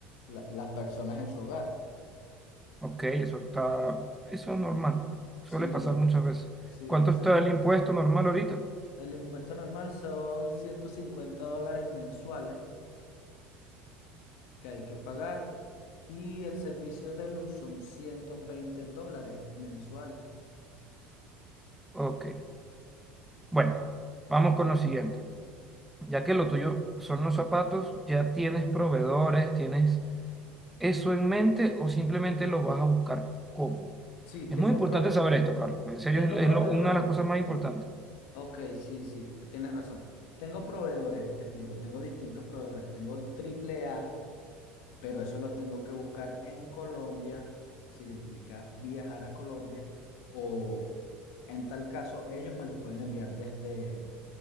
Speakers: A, on the left; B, in the centre.
A: la- las personas en su hogar.
B: Ok, eso está, eso es normal, suele
A: Sí,
B: pasar
A: entonces,
B: muchas veces.
A: sí,
B: ¿Cuánto
A: entonces
B: está el impuesto normal ahorita?
A: el impuesto normal son 150 dólares mensuales que hay que pagar y el servicio de luz son 120 dólares mensuales.
B: Ok. Bueno, vamos con lo siguiente. Ya que lo tuyo son los zapatos, ¿ya tienes proveedores? ¿Tienes eso en mente o simplemente lo vas a buscar cómo?
A: Sí,
B: Es
A: tengo,
B: muy importante
A: pro-
B: saber esto, Carlos. En serio,
A: tengo
B: es, es
A: proveedores.
B: lo- una de las cosas más importantes.
A: Ok, sí, sí, tienes razón. Tengo proveedores, te explico, tengo distintos proveedores. Tengo triple A pero eso los tengo que buscar en Colombia, es decir, implica viajar a Colombia o en tal caso ellos me los pueden enviar desde,